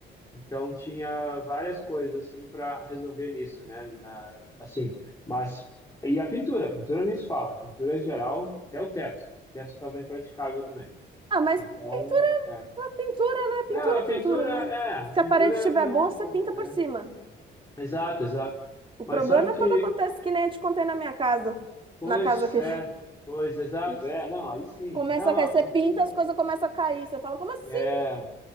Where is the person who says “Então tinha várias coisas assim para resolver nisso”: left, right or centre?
Left